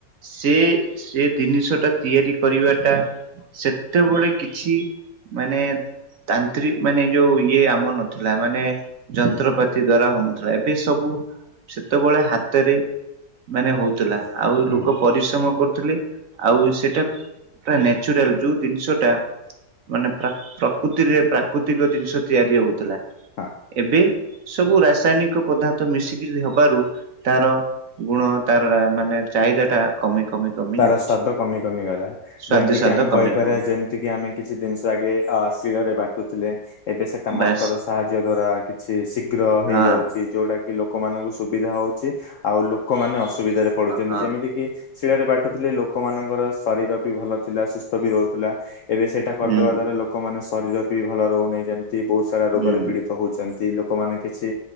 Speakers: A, on the right; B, on the left.
A: ସେ। ସେ ଜିନିଷ ଟା ତିଆରି କରିବା ଟା ସେତେବେଳେ କିଛି। ମାନେ ତାନ୍ତ୍ରିକ ମାନେ ଯୋଉ ଇଏ ଆମ ଥିଲା ମାନେ। ଯନ୍ତ୍ରପାତି ଦ୍ଵାରା ହଉନଥିଲା ଏବେ ସବୁ ସେତେବେଳେ ହାତ। ରେ ମାନେ ହଉଥିଲା ଆଉ
B: ହୁଁ।
A: ଲୋକ। ପରିଶ୍ରମ କରୁଥିଲେ ଆଉ ସେଇଟା ପୁରା ନ୍ୟାଚୁରାଲ ଯୋଉ ଜିନିଷଟା। ମାନେ ପ୍ରକୃତିରେ ପ୍ରାକୃତିକ ଜିନିଷ ତିଆରି ହଉଥିଲା।
B: ହଁ
A: ଏବେ ସବୁ ରାସାୟନିକ ପଦାର୍ଥ ମିଶିକିରି ହବାରୁ ତାର ଗୁଣ ତାର ମାନେ ଚାହିଦା ଟା କମି କମି କମି
B: ତାର
A: ଯାଉଛି।
B: ସ୍ଵାଦ କମି କମି ଗଲା
A: ସ୍ଵାଦ
B: ଯେମିତି
A: ସ୍ୱାଦ
B: କିି ଆମେ
A: କମି
B: କହିପାରିବା
A: କମି
B: ଯେମ ଯେତିକି ଆମେ କିଛି ଜିନିଷ ଆଗେ ଅ ସିଳରେ ବାଟୁଥିଲେ। ଏବେ ସେଟା ମଟର
A: ବାସ୍
B: ସାହାଯ୍ୟ ଦ୍ଵାରା କିଛି ଶୀଘ୍ର
A: ହଁ
B: ହେଇଯାଉଛି। ଯୋଉଟା କି ଲୋକମାନଙ୍କୁ ସୁବିଧା ହଉଛି ଆଉ ଲୋକମାନେ ଅସୁବିଧାରେ ପଡୁଛନ୍ତି
A: ହଁ
B: ଯେମିତି କି ଶିଳରେ ବାଟୁଥିଲେ ଲୋକମାନଙ୍କର ଶରୀର ବି ଭଲ ଥିଲା ସୁସ୍ଥ ବି ରହୁଥିଲା। ଏବେ ସେଇଟା କରିଦେବା
A: ହୁଁ
B: ଦ୍ୱାରା ଲୋକମାନେ ଶରୀର ବି ଭଲ ରହୁନାହିଁ ଯେମିତି ବହୁତ ସାରା ରୋଗରେ
A: ହୁଁ
B: ପୀଡିତ ହଉଛନ୍ତି, ଲୋକମାନେ କିଛି